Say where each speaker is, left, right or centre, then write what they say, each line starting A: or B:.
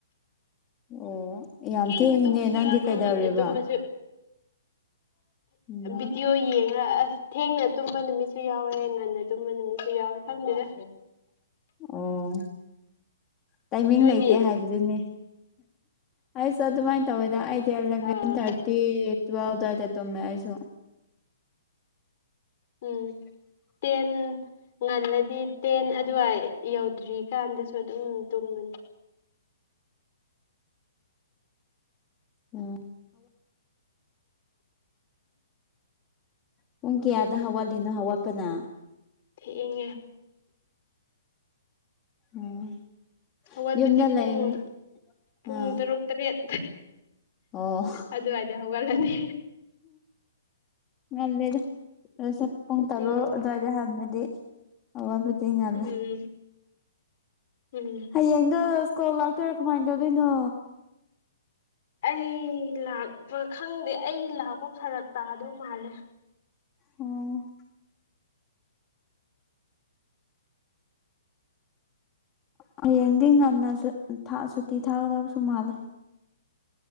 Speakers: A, on the left; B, on the left.
A: ꯑꯣ ꯌꯥꯝ
B: ꯊꯦꯡꯅ
A: ꯊꯦꯡꯉꯤꯅꯦ
B: ꯇꯨꯝꯕꯁꯨ
A: ꯅꯪꯗꯤ
B: ꯌꯥꯎꯋꯦ
A: ꯀꯩꯗꯧꯔꯦꯕ
B: ꯉꯟꯅ ꯇꯨꯝꯕꯁꯨ
A: ꯎꯝ
B: ꯚꯤꯗꯤꯑꯣ ꯌꯦꯡꯉ ꯑꯁ ꯊꯦꯡꯅ ꯇꯨꯝꯕ ꯅꯨꯃꯤꯠꯁꯨ ꯌꯥꯎꯔꯦ ꯉꯟꯅ ꯇꯝꯕ ꯅꯨꯃꯤꯠꯁꯨ ꯌꯥꯎꯔ ꯈꯪꯗꯦꯗꯥ
A: ꯑꯣ ꯇꯥꯏꯃꯤꯡ
B: ꯅꯣꯏꯗꯤ
A: ꯂꯩꯇꯦ ꯍꯥꯏꯕꯗꯨꯅꯤ ꯑꯩꯁ ꯑꯗꯨꯃꯥꯏꯅ ꯇꯧꯋꯦꯗ ꯑꯩꯗꯤ ꯑꯦꯂꯚꯦꯟ
B: ꯑꯥ
A: ꯊꯥꯔꯇꯤ ꯇꯨꯋꯦꯜꯚ ꯗꯥꯏꯗ ꯇꯨꯝꯃꯦ ꯑꯩꯁꯨ <inaudible>
B: ꯎꯝ ꯇꯦꯟ ꯉꯜꯂꯗꯤ ꯇꯦꯟ ꯑꯗꯨꯋꯥꯏ ꯌꯧꯗ꯭ꯔꯤꯀꯥꯟꯗꯁꯨ ꯑꯗꯨꯝ ꯇꯨꯝꯕꯅꯤ
A: ꯑꫭ ꯄꯨꯡ ꯀꯌꯥꯗ ꯍꯧꯒꯠꯂꯤꯅꫭ ꯍꯧꯒꯠꯄꯅ
B: ꯊꯦꯡ
A: ꯎꯝ
B: ꯍꯧꯋꯠꯄꯗꯤ
A: ꯌꯨꯝꯗ
B: ꯄꯨꯡ
A: ꯂꯩꯕꯅꯤ
B: ꯄꯨꯡ
A: ꯑꯥ
B: ꯇꯔꯨꯛ ꯇꯔꯦꯠ
A: ꯑꯣ
B: ꯑꯗꯨꯋꯥꯏꯗ ꯍꯧꯒꯠꯂꯅꯤ
A: ꯉꯜꯂ‌ꯦꯗ ꯄꯨꯡ ꯇꯔꯨꯛ
B: ꯎꯝ
A: ꯑꯗꯨꯋꯥꯏꯗ ꯍꯥꯟꯕꯗꯤ ꯑꯋꯥꯠꯄꯗꯤ ꯉꯜꯂꯦ
B: ꯎꯝ ꯎꯝ
A: ꯍꯌꯦꯡꯗꯣ ꯁ꯭ꯀꯨꯜ ꯂꯥꯛꯇꯣꯏꯔꯥ ꯀꯃꯥꯏꯅ ꯇꯧꯗꯣꯏꯅꯣ
B: ꯑꯩ ꯂꯥꯛꯄ ꯈꯪꯗꯦ ꯑꯩ ꯂꯥꯛꯄ ꯐꯔꯛ ꯇꯥꯗꯧ ꯃꯥꯜꯂꯦ
A: ꯎꯝ ꯍꯌꯦꯡꯗꯤ ꯉꯟꯅ ꯁꯨꯠ ꯊꯥ ꯁꯨꯇꯤ ꯊꯥꯒꯗꯕꯁꯨ ꯃꯥꯜꯂꯦ